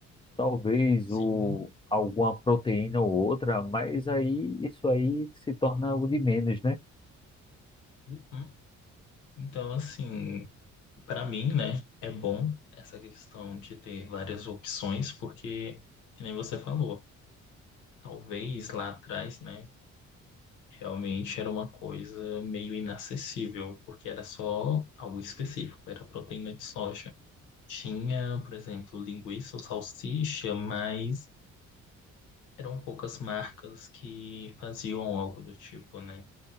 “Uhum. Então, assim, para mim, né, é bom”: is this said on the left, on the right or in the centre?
Left